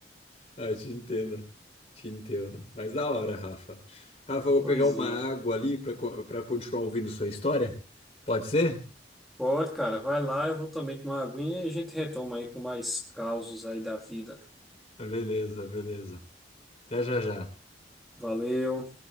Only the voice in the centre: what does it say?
Pois
é.
Pode, cara, vai lá, eu vou também tomar uma aguinha e a gente retoma aí com mais causos aí da vida.
Valeu.